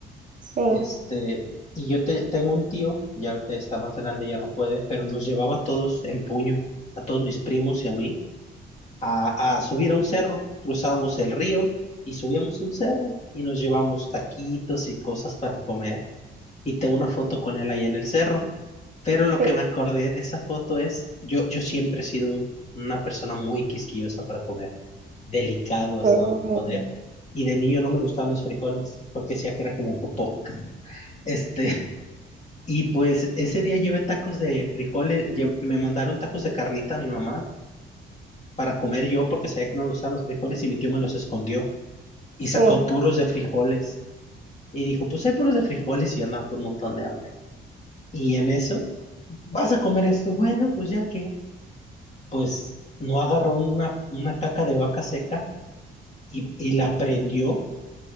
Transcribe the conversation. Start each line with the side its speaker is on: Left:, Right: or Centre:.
Right: Sí,
Left: Este, y yo te- tengo un tío, ya ahorita está más grande, ya no puede, pero nos llevaba a todos en puño, a todos mis primos y a mí, a, a subir a un cerro. Cruzábamos el río y subíamos un cerro y nos llevamos taquitos y cosas para comer. y tengo una foto con él ahí en el cerro. Pero lo
Right: sí,
Left: que me acordé de esa foto es, yo, yo siempre he sido un- una persona muy quisquillosa para comer, delicado hasta
Right: sí.
Left: no poder. Y de niño no me gustaban los frijoles, porque decía que era como popó. Este, <laughs> y pues ese día llevé tacos de frijoles, lle- me mandaron tacos de carnita a mi mamá para comer yo, porque sabía que no me gustaban los frijoles y mi tío me los escondió y
Right: sí.
Left: sacó puros de frijoles. Y dijo, pues hay puros de frijoles y yo andaba con un montón de hambre. Y en eso, vas a comer esto, bueno, pues ya que, pues no agarró una, una caca de vaca seca y, y la prendió